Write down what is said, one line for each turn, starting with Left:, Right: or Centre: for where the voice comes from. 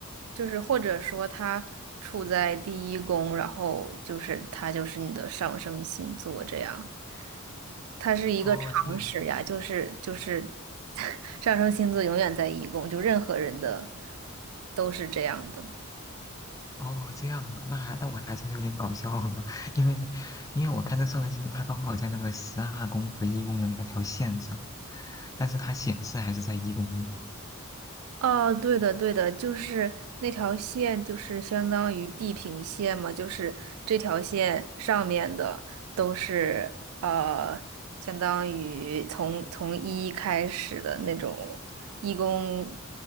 Right: 就是或者说他处在第一宫，然后就是他就是你的上升星座这样，它是一个常识呀，
Left: 哦，这样，
Right: 就是就是 <laughs> 上升星座永远在一宫，就任何人的都是这样的。
Left: 哦，这样啊，那还那我还真是有点搞笑呢，<laughs> 因为因为我看这个上升星座，它刚好在那个十二宫和一宫的那条线上，但是它显示还是在一宫的。
Right: 哦，对的，对的，就是那条线，就是相当于地平线嘛，就是这条线上面的都是呃，相当于从从一开始的那种义工，